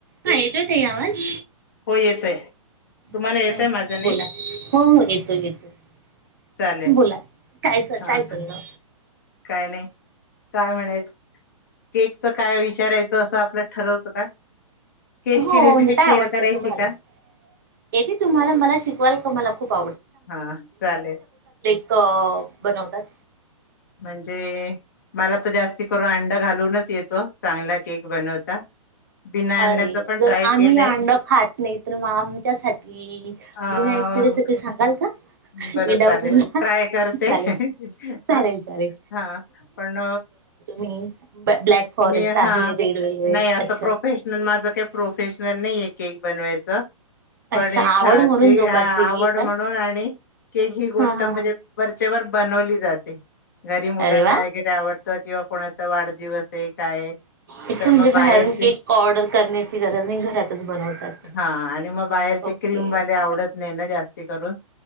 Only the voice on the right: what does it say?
हा येतो त आवाज
हा
नमस्कार
बोला हो हो येतो येतो
बोला कायच
काय ल ना
हो
म्हणजे
काय आवडतं
तुम्हाला
येते तुम्हाला मला शिकवाल का मला खूप
अ बनवतात
अरे
जर
आम्ही
अंड खात नाही तर मग आमच्यासाठी
बिनायकची रेसिपी सांगाल का
विदाउट
अंडा
चालेल चालेल
चालेल
ह ब्लॅक फॉरेस्ट
आहे रेडवेलवेट
अच्छा
अच्छा
आवड
म्हणून
जोपासलेली
का?
हा हा
हा.
अरे वा
अच्छा
म्हणजे
बाहेरून केक ऑर्डर करण्याची गरज नाही घरातच बनवतात.
ओके